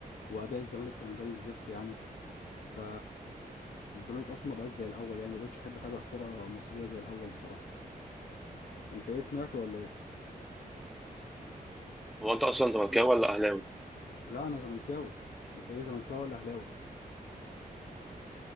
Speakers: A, on the left; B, in the centre.
A: واداء الزمالك كان زي الزفت يعني ف الزمالك اصلا ما بقاش زي الاول يعني ما بقتش احب اتابع كرة مصرية زي الاول بصراحة انت ايه سمعت ولا ايه؟
B: هو انت اصلا زملكاوي ولا اهلاوي
A: لا انا زملكاوي انت ايه زملكاوي ولا اهلاوي؟